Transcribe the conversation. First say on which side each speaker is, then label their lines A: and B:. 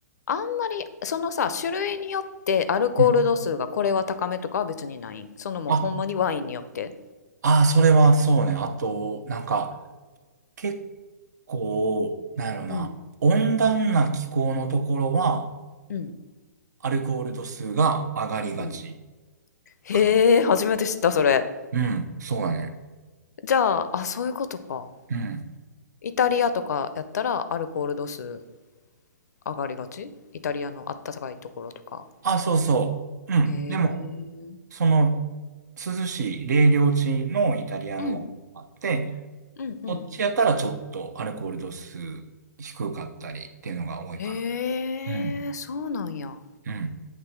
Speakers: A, on the left (about 65°); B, on the right (about 70°).
A: あんまりそのさ種類によってアルコール度数がこれは高めとかは別にないんそのもうほんまにワインによって
B: うんあ、あー、それはそうね。あと、なんか、結構、なんやろな、
A: うん
B: 温暖な気候のところは、
A: うん
B: アルコール度数が上がりがち
A: うんへえ初めて知ったそれ
B: かな。うん、そうだね。
A: じゃああそういうことか
B: うん。
A: イタリアとかやったらアルコール度数上がりがちイタリアのあったかいところとか
B: あ、そうそう。うん。
A: へえ
B: でも、その、涼しい冷涼地のイタリアのワインがあって、
A: うんうんうん
B: こっちやったらちょっとアルコール度数低かったりっていうのが多いか
A: へえそうなんや
B: な。うん。